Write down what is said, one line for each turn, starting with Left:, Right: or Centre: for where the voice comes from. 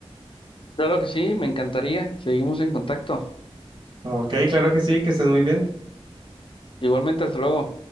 Left: Claro que sí, me encantaría. Seguimos en contacto.
Right: Ok, claro que sí, que estés muy bien.
Left: Igualmente, hasta luego.